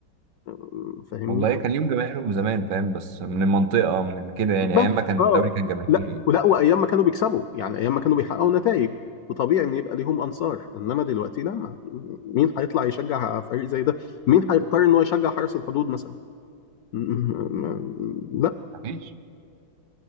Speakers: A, on the left; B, on the right.
A: آه، فاهمني
B: والله كان ليهم جماهيرهم زمان فاهم بس من المنطقه من كده يعني
A: بس
B: ايام ما كان
A: اه
B: الدوري كان جماهيري
A: لا ولا وايام ما كانوا بيكسبوا يعني ايام ما كانوا بيحققوا نتائج وطبيعي ان يبقى ليهم انصار انما دلوقتي لا ما مين هيطلع يشجع فريق زي ده مين هيضطر ان هو يشجع حرس الحدود مثلا م- م- م- لا
B: مفيش